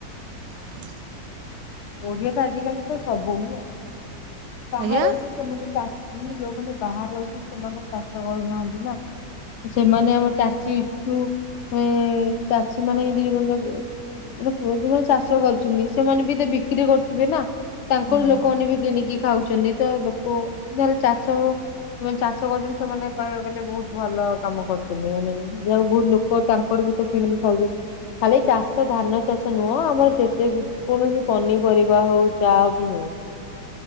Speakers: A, on the right; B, on the left.
A: ହଁ।
B: ଓଡିଆ ତ ଆଜିକାଲି ତ ସବୁ, ମାନେ ବାହାରେ
A: ଆଜ୍ଞା
B: ରହିକି ସେମାନେ ଚାଷ ହୁଁ ଯୋଉମାନେ ବାହାରେ ରହୁଛନ୍ତି! ସେମାନେ ତ ଚାଷ କରୁନାହାନ୍ତି ନା। ସେମାନେ ଆମ ଚାଷୀ ଠୁ, ଏ ଚାଷୀ ମାନେ ଦୁଇଜଣ ଯାକ ଯଉ ପୁଅପିଲା ଚାଷ କରୁଛନ୍ତି ସେମାନେ ବି ବିକ୍ରି କରୁଥିବେ ନା। ତାଙ୍କର
A: ହଁ
B: ଲୋକମାନେ ବି କିଣିକି ଖାଉ- ଛନ୍ତି, ତ ଲୋକ ଯହେଲେ ଚାଷ ସେମାନେ ଚାଷ କରୁଛନ୍ତି, ସେମାନେ କହିବାକୁ ଗଲେ ବହୁତ ଭଲ କାମ କରୁଛନ୍ତି। ମାନେ ଯଉ ବହୁତ ଲୋକ ତାଙ୍କର ସେ କିଣିକି ଖାଉଛନ୍ତି। ଖାଲି ଚାଷ ଧାନ ଚାଷ ନୁହଁ ଆମର ଯେତେ କୌଣସି ପନିପରିବା ହଉ ଯାହା ବି ହଉ।